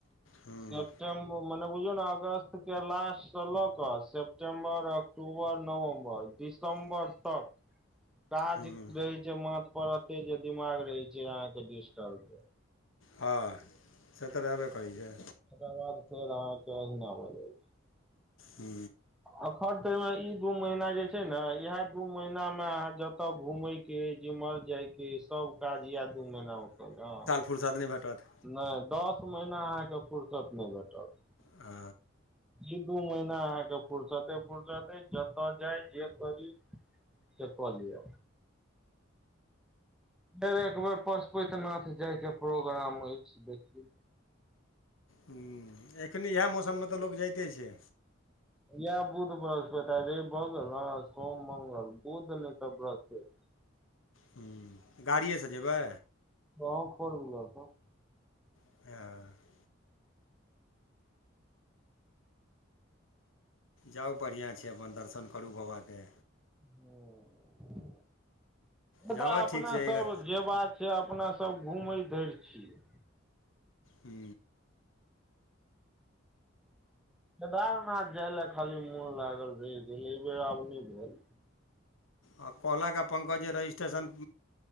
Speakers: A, on the left; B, in the centre.
A: हूँ
B: सेप्टेम्ब मने बुझियौ ने, अगस्त के लास्टसँ लऽ कऽ सेप्टेम्बर अक टूबर, नवम्बर, दिसम्बर, तक। काज
A: हूँ
B: रहे छै मांथ पर एते जे, दिमाग रहे छै अहाँके डिसटर्ब।
A: हां। से तऽ रहबे करै छै।
B: ओकरा बाद फेर अहाके, एहिना भ जाइ ए।
A: हू।
B: एखन त ओना इ दू महीना जे छै ने, इहा दू महीनामे अहाँ जतऽ घुमबै। के जेमर जाइ के, सब काज येह दू महीना मे कललिय, हँ।
A: फुर्सत नै भेटत।
B: नै दस महिना अहाँके फुर्सत नै भेटत।
A: आ।
B: इ दू महीना अहाँके फुर्सते -फुर्सत अई, जतअ जाय, जे करी। से क लिय। फेर एक बेर पशुपति नाथ जाय के प्रोग्राम अछि, देखियौ।
A: हू, एखनि एह मौसममे तऽ लोक जाइते छै।
B: यैह बुध बृहस्पति, आइ लैब भऽगेल न, सोम, मंगल, बुध ने तऽ बृहस्पैत।
A: हू। गाड़ीएसँ जेबै?
B: गाँव फोरहूलर से।
A: हेअ। जाउ बड़िया छै, अपन दर्शन करू बाबाके।
B: हू, मुदाअपना
A: जगह ठीक छै
B: सब
A: हूँ
B: जे बात छै, अपना सब घुमै धैर छियै।
A: हू।
B: केदारनाथ जाइ ले खाली मोन लागल रहि गेल, एहि बेर आब नै भेल।
A: आ कहलके पंकज जे रजिस्ट्रेशन